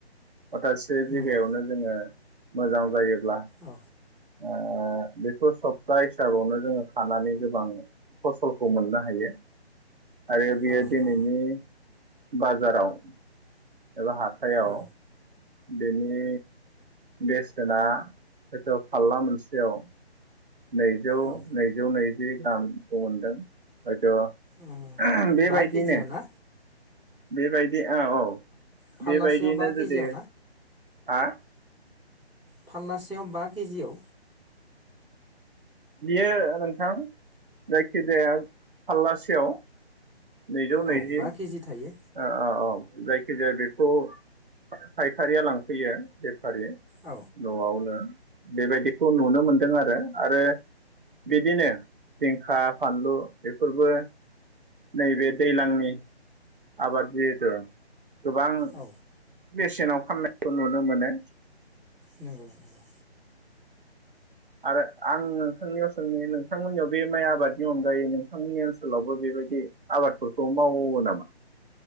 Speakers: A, on the right; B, in the centre.
A: खथासे
B: नंगौ
A: बिघायावनो जोङो मोजां जायो ब्ला
B: औ
A: ओ बेफोर सप्ता हिसाबावनो जोङो खानानै गोबां फसलखौ मोननो हायो‌। आरो बियो
B: अ
A: दिनैनि
B: अ
A: बाजाराव एबा हाथाइयाव
B: औ
A: बेनि बेसेना हयथ' फारला मोनसेयाव नैजौ
B: औ
A: नैजौ नैजि गाहामखौ मोनदों हयथ'
B: अ
A: बेबायदिनो
B: बा केजियाव ना
A: बेबायायदि ओ औ
B: फाल्लासेयाव
A: बेबायदियनो
B: बा केजियाव
A: जुदि हा
B: फाललासेयाव बा केजिआव
A: बियो नोंथां जायखिजाया फाललासेयाव नैजौ नैजि
B: औ बा केजि थायो
A: अ-अ-औ। जायखिजाया बेखौ फायखारिया लांफैयो बे फारि
B: औ
A: न'आवनो बेबायदिखौ नुनो मोनदों आरो आरो बिदिनो जिंखा फानलु बेफोरबो नैबे दैज्लांनि आबाद जिहेथु गोबां
B: औ
A: बेसेनाव फाननाय नुनो मोनो
B: नंगौ <unintelligible>
A: आरो आं नोंथांनियाव सोंनि नोंथांमोननियाव बे माइ आबादनि अनगायै नोंथांमोननि ओनसोलावबो बेबायदि आबादफोरखौ मावो नामा?